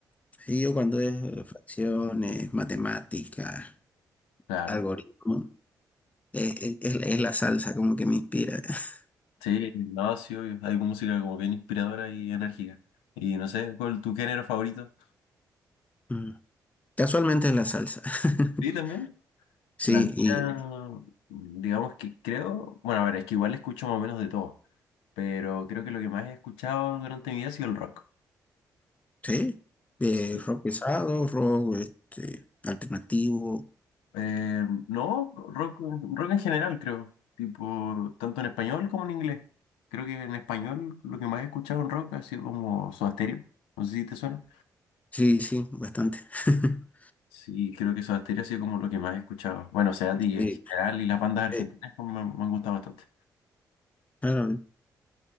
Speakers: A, on the left; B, on the left.
A: Sí, yo cuando es eh, fracciones, matemáticas,
B: Claro.
A: algoritmo, es, es- es la es la salsa como que me inspira. <laughs>
B: Sí, no, sí, obvio. Hay música como bien inspiradora y enérgica. Y no sé, ¿cuál es tu género favorito?
A: Mm. Casualmente es la salsa. <laughs>
B: Sí, también.
A: Sí,
B: La mía,
A: y
B: digamos que creo, bueno, a ver, es que igual escucho más o menos de todo, pero creo que lo que más he escuchado durante mi vida ha sido el rock.
A: sí, eh,
B: Sí.
A: rock pesado, rock este, alternativo.
B: Eh, no, rock, rock en general, creo. Tipo, tanto en español como en inglés. Creo que en español lo que más he escuchado en rock ha sido como Soda Stereo. No sé si te suena.
A: Sí, sí, bastante. <laughs>
B: Sí, creo que Soda Stereo ha sido como lo que más he escuchado. Bueno, Cerati
A: Sí,
B: en general y las bandas argentinas
A: eh,
B: como me, me han gustado bastante.
A: claro,